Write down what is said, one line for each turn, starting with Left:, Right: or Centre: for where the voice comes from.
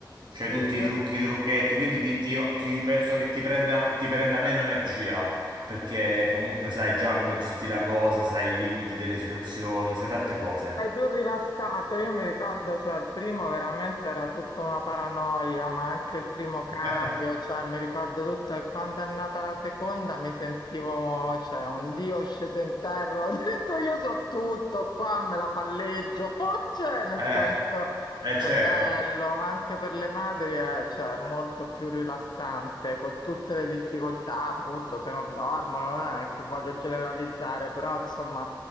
Right: c'hai
Left: Sì,
Right: tutti
Left: io-
Right: i trucchi, i trucchetti, quindi ti, ti- ti- penso che ti prenda, ti prenda meno energia, perché comunque sai già come gestire la cosa, sai i limiti delle situazioni, sai tante cose.
Left: È più rilassato, io mi ricordo, cioè, il primo veramente era tutta una paranoia, ma anche il primo cambio,
Right: <laughs>
Left: cioè, mi ricordo tutto, e quando è nata la seconda mi sentivo, cioè, un dio sceso in terra, <laughs> ho detto io so tutto, qua me la palleggio, <laughs> cioè, nel
Right: Eh,
Left: senso,
Right: eh
Left: è
Right: certo,
Left: bello, anche per le madri è, cioè, molto più rilassante, con tutte le difficoltà, appunto, se non dormono, non è che voglio generalizzare, però, insomma...